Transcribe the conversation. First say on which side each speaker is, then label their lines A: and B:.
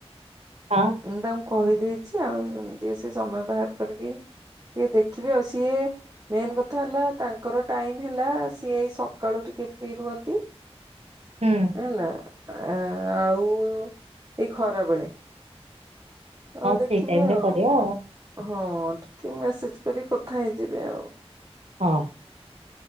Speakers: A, on the right; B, on the right.
A: ହଁ
B: ମୁଁ ତାଙ୍କୁ କହିଦେଇଚି ଆଉ ଟିକେ ସେ ସମୟ ବାହାର କରିକି ଟିକେ ଦେଖ ଖିବେ ଅଉ ସିଏ ମେନ୍ କଥା ହେଲା ତାଙ୍କର ଟାଇମ ହେଲା ସିଏଇ ସକାଳୁ ଟିକେ ଫ୍ରି ରୁହନ୍ତି।
A: ହୁଁ
B: ହେଲା ଆ ଆଉ ଏଇ ଖରା ବେଳେ। ହଁ ଦେଖିବେ
A: ସେଇ ଟାଇମ ରେ
B: ଆଉ
A: କରିବା
B: ହଁ ଟିକେ ମେସେଜ କରି କଥା ହେଇଯିବେ ଆଉ।
A: ହଁ।